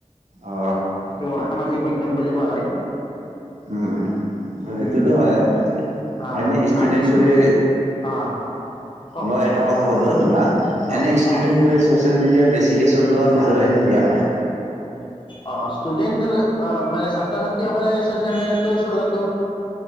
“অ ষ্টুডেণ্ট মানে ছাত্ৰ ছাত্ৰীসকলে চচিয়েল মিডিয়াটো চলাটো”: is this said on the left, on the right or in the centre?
Left